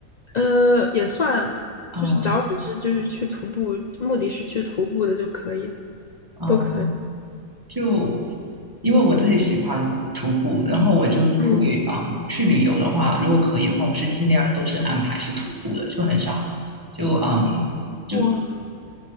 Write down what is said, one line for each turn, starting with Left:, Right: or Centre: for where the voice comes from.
Left: 呃，也算啊，
Right: 啊
Left: 就是只要你是就是去徒步，目的是去徒步的就可以啊
Right: 啊、
Left: 都可以。
Right: 嗯就因为我自己喜欢徒步，然后我就会
Left: 嗯，
Right: 啊、嗯去旅游的话，如果可以的话，我是尽量都是安排是徒步的，就很少就嗯就
Left: 哇，